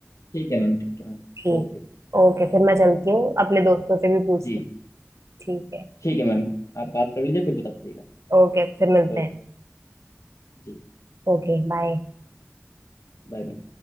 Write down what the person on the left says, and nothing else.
ठीक है मैम ठीक है मैम
ओके
जी
ठीक है मैम आप बात कर लीजिए फिर बता दीजिएगा
ओके
जी
Bye ma'am